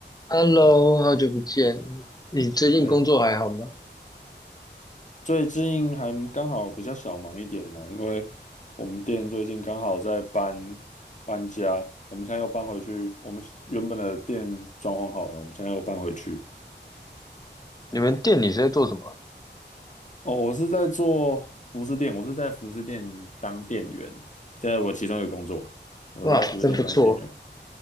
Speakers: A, on the left; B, on the left.
A: Hello，好久不见，你最近工作还好吗？
B: 对，最近还刚好比较小忙一点呢、因为我们店最近刚好在搬搬家，我们现在又搬回去，我们原本的店装潢好了，我们现在又搬回去。
A: 你们店里是在做什么？
B: 哦，我是在做服饰店，我是在服饰店当店员，这是我其中一个工作，我在服饰店当店员。
A: 哇，真不错，